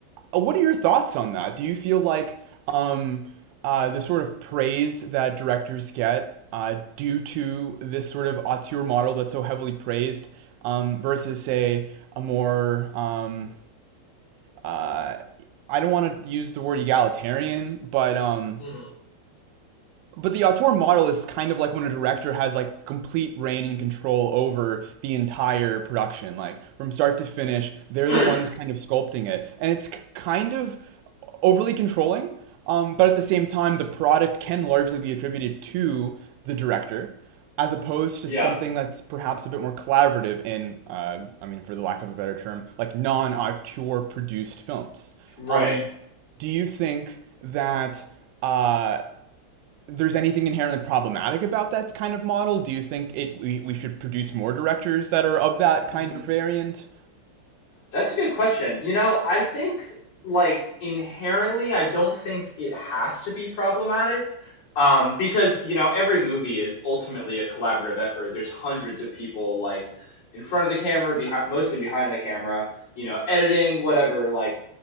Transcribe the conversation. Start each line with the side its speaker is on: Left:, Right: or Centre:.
Right: what are your thoughts on that? Do you feel like um, uh, the sort of praise that directors get uh, due to this sort of auteur model that's so heavily praised um, versus, say, a more, um, uh, I don't want to use the word egalitarian, but um,
Left: hmm
Right: But the auteur model is kind of like when a director has like complete reign and control over the entire production, like from start to finish. They're
Left: <coughs>
Right: the ones kind of sculpting it, and it's k- kind of overly controlling. Um, but at the same time, the product can largely be attributed to the director, as opposed to
Left: <clears throat> yeah.
Right: something that's perhaps a bit more collaborative in, uh, I mean, for the lack of a better term, like non-auteur produced films.
Left: Right.
Right: Um, do you think that uh, there's anything inherently problematic about that kind of model? Do you think it we, we should produce more directors that are of that kind
Left: hmm
Right: of variant?
Left: That's a good question. You know, I think like inherently, I don't think it has to be problematic um, because, you know, every movie is ultimately a collaborative effort. There's hundreds of people like in front of the camera, behind, mostly behind the camera, you know, editing, whatever. Like,